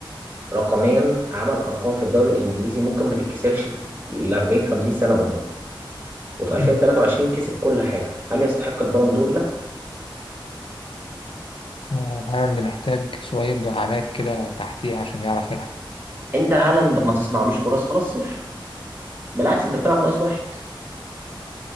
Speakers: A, on the right (about 25°); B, on the left (about 80°).
A: رقميا عمل ارقام في الدوري الانجليزي ممكن ما تتكسرش ل 40 50 سنه قدام وفي 2023
B: مم.
A: كسب كل حاجه هل يستحق البالون دور لا
B: آه، هالاند محتاج شوية دعامات كده تحتيه عشان يعرف يلعب
A: انت هالاند ما تصنعلوش فرص خلاص صفر بالعكس انت بتلعب ناقص واحد